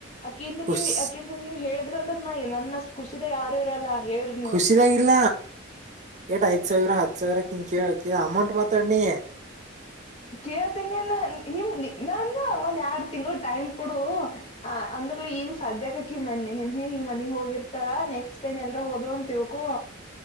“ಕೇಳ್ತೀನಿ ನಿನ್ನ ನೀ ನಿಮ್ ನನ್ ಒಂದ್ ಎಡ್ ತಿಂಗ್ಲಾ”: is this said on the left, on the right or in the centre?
Left